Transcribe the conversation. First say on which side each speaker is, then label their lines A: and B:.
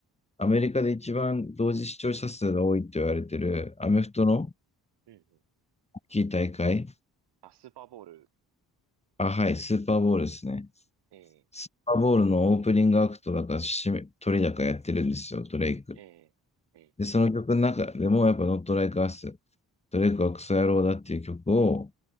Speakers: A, on the left; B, on the right.
A: アメリカで一番同時視聴者数が多いと言われているアメフトの
B: うん、うん。
A: 大きい大会。
B: あ、スーパーボール。
A: あ、はい、スーパーボールですね。
B: ええ、
A: スーパーボールのオープニングアクトだから締め、鳥だからやってるんですよ、ドレイク。
B: ええ、ええ。
A: で、その曲の中でもやっぱ Not Like Us、ドレイクはクソ野郎だっていう曲を